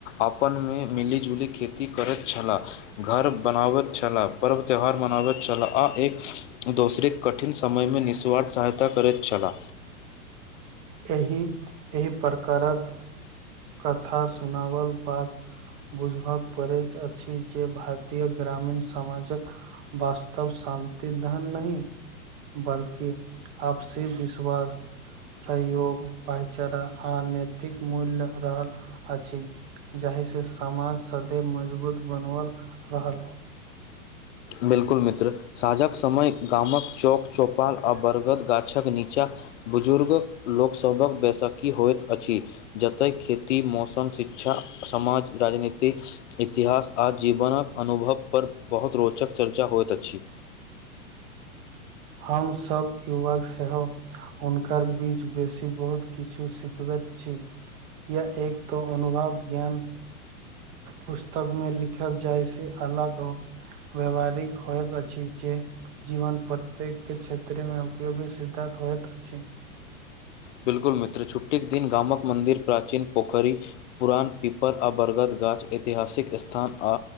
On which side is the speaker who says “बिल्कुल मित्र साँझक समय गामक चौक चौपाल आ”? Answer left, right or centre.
Left